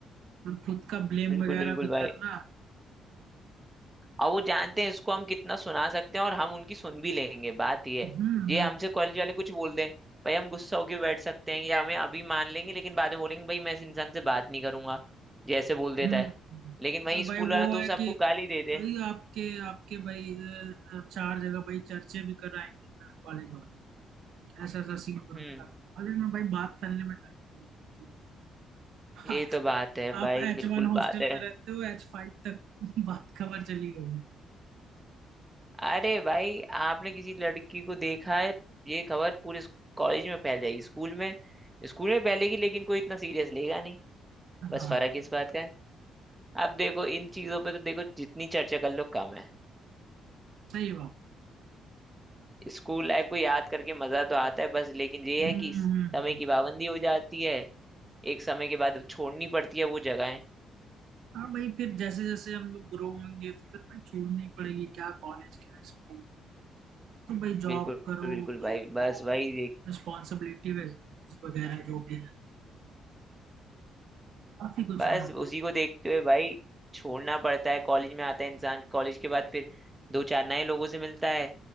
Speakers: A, on the right; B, on the right.
A: और खुद का ब्लेम
B: बिल्कुल
A: वगैरह
B: बिल्कुल
A: भी
B: भाई
A: करना
B: और वो जानते हैं इसको हम कितना सुना सकते हैं और हम उनकी सुन भी लेंगे बात ये है
A: हम्म
B: ये
A: हम्म
B: हमसे कॉलेज वाले कुछ बोल दें भाई हम गुस्सा होके बैठ सकते हैं या हमें अभी मान लेंगे लेकिन बाद में बोलेंगे भाई मैं इस इंसान से बात नहीं करूंगा जैसे बोल देता
A: हम्म
B: है लेकिन वही
A: और
B: स्कूल
A: भाई
B: वाला
A: वो
B: दोस्त
A: है कि
B: आपको गाली दे दे
A: भाई आपके आपके भाई अ, चार जगह भाई चर्चे भी कराएंगे फिर कॉलेज वाले ऐसा ऐसा सीन हो
B: हम्म
A: रखा था कॉलेज में भाई बात करने में टाइम लगती <laughs>
B: ये
A: है आप
B: तो बात है भाई
A: आप एच
B: बिल्कुल
A: वन हॉस्टल
B: बात है
A: में रहते हो एच फाइव तक <laughs> बात खबर चली गई
B: अरे भाई आपने किसी लड़की को देखा है ये खबर पूरे कॉलेज में फैल जाएगी स्कूल में स्कूल में फैलेगी लेकिन कोई इतना सीरियस लेगा नहीं बस
A: हाँ
B: फर्क इस बात का है अब देखो इन चीजों पे तो देखो जितनी चर्चा कर लो कम है
A: सही बात
B: स्कूल लाइफ को याद करके मजा तो आता है बस लेकिन ये
A: हम्म
B: है कि
A: हम्म,
B: समय
A: हम्म।
B: की पाबंदी हो जाती है एक समय के बाद छोड़नी पड़ती है वो जगहें
A: हाँ भाई फिर जैसे जैसे हम लोग ग्रो होंगे तो फिर भाई छोड़नी पड़ेगी क्या कॉलेज क्या स्कूल तो भाई जॉब
B: बिल्कुल
A: करो
B: बिल्कुल
A: ये
B: भाई बस
A: वो
B: भाई
A: रिस्पॉन्सिबिलिटी वगैरह जो भी है काफी कुछ
B: बस
A: हाँ
B: उसी को देखते हुए भाई छोड़ना पड़ता है कॉलेज में आता है इंसान कॉलेज के बाद फिर दो चार नए लोगों से मिलता है